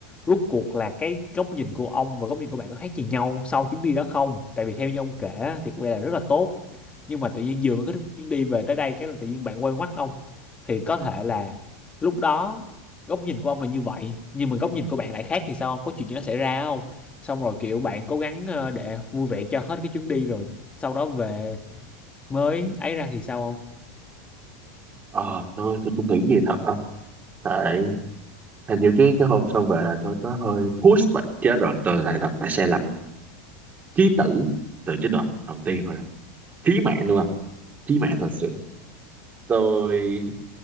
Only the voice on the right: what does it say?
ờ tôi tôi cũng nghĩ gì thật không tại hình như cái cái hôm xong về là tôi có hơi push vậy chứ rồi tôi lại đọc lại sai lầm chí tử từ chế độ đầu tiên rồi chí mạng luôn chí mạng thật sự tôi